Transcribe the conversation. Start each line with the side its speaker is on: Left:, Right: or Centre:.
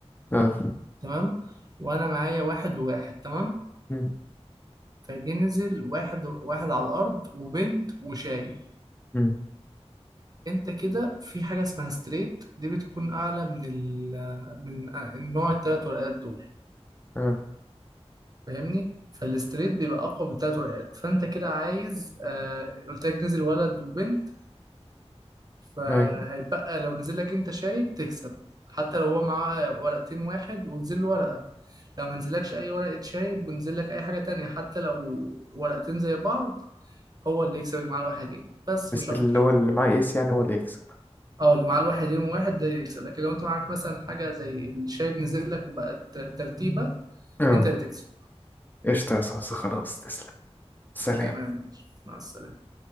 Left: اه
Right: تمام وانا معايا واحد وواحد تمام
Left: مم.
Right: فجي نزل واحد واحد على الارض وبنت وشايب
Left: مم.
Right: انت كده في حاجة اسمها ستريت دي بتكون اعلى من ال من النوع التلات ورقات دول
Left: اه
Right: فاهمني فالستريت بيبقى اقوى من التلات ورقات فانت كده عايز آه قلت لك نزل ولد وبنت فهيبقى
Left: أيوة.
Right: لو نزل لك انت شايب تكسب حتى لو هو معاه ورقتين واحد ونزل له ورقة لو منزلكش اي ورقة شايب ونزل لك اي حاجة تانية حتى لو ورقتين زي بعض هو اللي يكسب اللي معاه الواحدين بس
Left: بس
Right: مش اكتر
Left: اللي هو اللي معاه ايس يعني هو اللي يكسب
Right: اه اللي معاه الواحدين وواحد ده اللي يكسب لكن لو انت معاك مثلا حاجة زي الشايب نزل لك وبقت ترتيبة
Left: اه
Right: انت اللي تكسب
Left: قشطة يا صاصة خلاص تسلم سلام
Right: تمام ماشي مع السلامة